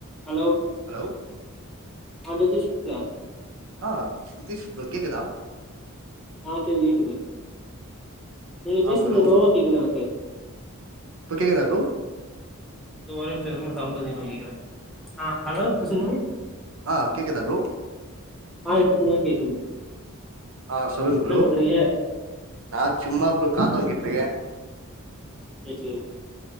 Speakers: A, in the centre; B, on the right.
A: hello
B: hello
A: <unintelligible>
B: ஆ Nitish bro கேக்குதா
A: ஆ கேக் கேக்குது நீங்க
B: ஆ
A: பேசறது
B: ப்ரோ
A: லோவா கேக்குது எனக்கு
B: இப்ப கேகுதா ப்ரோ
A: ந்த ஒரே நிமிஷ இரு ம்மா சவுண்ட் அதிகமா கேக்குறே அ ஹலோ இப்ப சொல்லுங்க
B: அ கேக்குதா ப்ரோ
A: ஆ இப்ப <unintelligible> கேக்குது
B: அ சொல்லுங்க ப்ரோ
A: என்ன பண்றீங்க
B: நா சும்மா ப்ரோ காத்து வாங்கிட்ருக்கே
A: சே சேரி